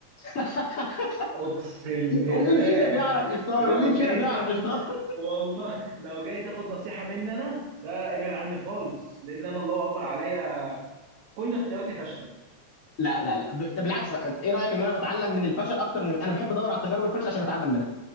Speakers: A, on the left; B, on the right.
A: <laughs>
B: اقسم بالله
A: ومين فينا بيعرف يختار
B: لو
A: ومين فينا
B: جاي
A: بيعرف
B: تاخد
A: يختار <laughs>
B: والله لو جاي تاخد نصيحه مني انا ده ابعد عني خالص لان انا الله اكبر عليا كل اختياراتي فاشله
A: لا لا لا ب- ده بالعكس بقى انت ايه رايك ان انا بتعلم من الفشل اكتر من انا بحب ادور على تجارب الفشل عشان اتعلم منها